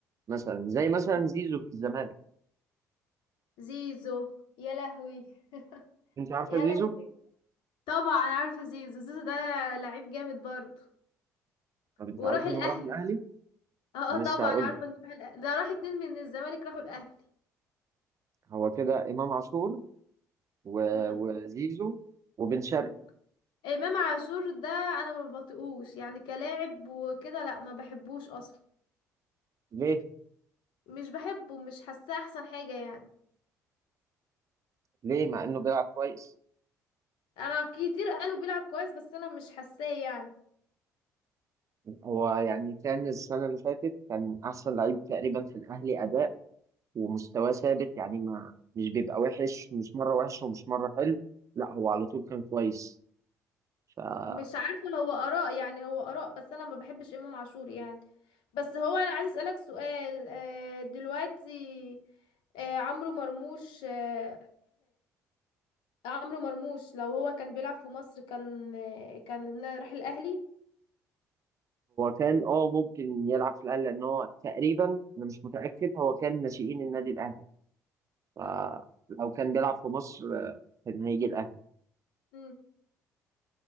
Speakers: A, on the right (about 40°); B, on the left (about 65°).
A: مثلا زي مثلا
B: مم.
A: زيزو في الزمالك
B: زيزو يا لهوي <laughs>
A: انت عارفة
B: يا
A: زيزو؟
B: لهوي طبعا عارفه زيزو زيزو ده لعيب جامد برضه
A: طب انت
B: وراح
A: عارف انه
B: الاهلي
A: راح الأهلي؟
B: اه
A: لسه
B: آه، طبعا
A: هقول
B: عارفه
A: لك
B: انه راح الاهلي ده راح اتنين من الزمالك راحوا الاهلي
A: هو كده إمام عاشور و...
B: امم
A: وزيزو وبن شرقي
B: امم امام عاشور ده انا ما بطيقوش يعني كلاعب وكده لا ما بحبوش اصلا
A: ليه؟
B: مش بحبه مش حاساه احسن حاجه يعني
A: ليه مع انه بيلعب كويس
B: انا كتير قالوا بيلعب كويس بس انا مش حاساه يعني
A: هو يعني كان السنة اللي فاتت كان أحسن لعيب تقريبا في الأهلي أداء ومستواه ثابت يعني ما مش بيبقى وحش مش مرة وحش ومش مرة حلو لا هو على طول كان كويس فهو
B: مش عارفة هو آراء يعني هو آراء بس أنا ما بحبش إمام عاشور يعني بس هو أنا عايز أسألك سؤال آه، دلوقتي آه، عمرو مرموش آه، <coughs> عمرو مرموش لو هو كان بيلعب في مصر كان آه، كان راح الأهلي
A: كان اه ممكن يلعب في الاهلي لان هو تقريبا انا مش متاكد هو كان ناشئين النادي الاهلي فلو
B: مم.
A: كان بيلعب في مصر آه، كان هيجي الاهلي
B: مم.